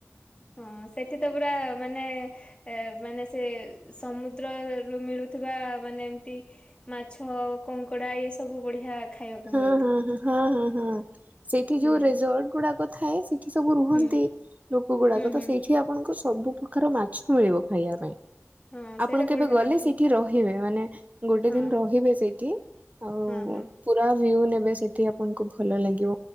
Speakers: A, on the left; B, on the right.
A: ହୁଁ ସେଠି ତ ପୁରା ମାନେ ଏ ମାନେ ସେ ସମୁଦ୍ରରୁୁ ମିଳୁଥିବା ମାନେ ଏମତି ମାଛ କଙ୍କଡ଼ା ଏ ସବୁ ବଢ଼ିଆ ଖାଇବାକୁ।
B: ହଁ
A: ମିଳୁଥିବ
B: ହଁ ହଁ ହଁ ହଁ ହଁ ସେଇଠି
A: ହୁଁ।
B: ଯୋଉ ରେଜର୍ଟ ଗୁଡ଼ାକ ଥାଏ ସେ ଠି ସବୁ ରୁହନ୍ତି
A: ହୁଁ
B: ଲୋକ ଗୁଡ଼ାକ
A: ହୁଁ ହୁଁ
B: ତ ସେଇଠି ଆପଣଙ୍କୁ ସବୁ ପ୍ରକାର ମାଛ ମିଳିବ ଖାଇବା ପାଇଁ।
A: ହଁ
B: ଆପଣ
A: ସେଇଟା
B: କେବେ
A: ବଢିଆ
B: ଗଲେ
A: ଲାଗୁଥିବ
B: ସେଇଠି ରହିବେ ମାନେ ଗୋଟେ
A: ହଁ
B: ଦିନ ରହିବେ ସେଇଠି ଆଉ
A: ହଁ ହଁ
B: ପୁରା ଭ୍ୟୁ ନେବେ ସେଠି ଆପଣଙ୍କୁ ଭଲ ଲାଗିବ।